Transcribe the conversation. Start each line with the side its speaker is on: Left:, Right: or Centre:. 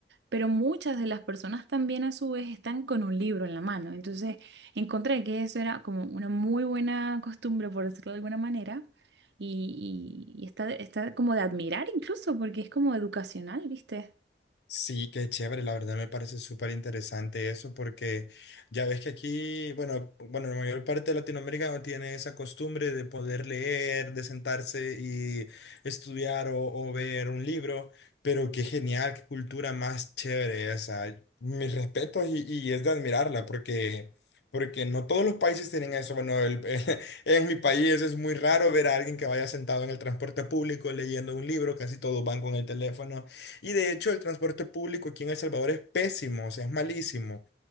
Right: pero muchas de las personas también a su vez están con un libro en la mano. Entonces encontré que eso era como una muy buena costumbre, por decirlo de alguna manera. Y, y- y está, está como de admirar incluso, porque es como educacional, ¿viste?
Left: Sí, qué chévere, la verdad me parece súper interesante eso porque ya ves que aquí, bueno, bueno, la mayor parte de Latinoamérica no tiene esa costumbre de poder leer, de sentarse y estudiar o, o ver un libro, pero qué genial, qué cultura más chévere esa. Mis respetos y, y es de admirarla porque, porque no todos los países tienen eso. Bueno, el- <laughs> en mi país es muy raro ver a alguien que vaya sentado en el transporte público leyendo un libro, casi todos van con el teléfono. Y de hecho el transporte público aquí en El Salvador es pésimo, o sea, es malísimo.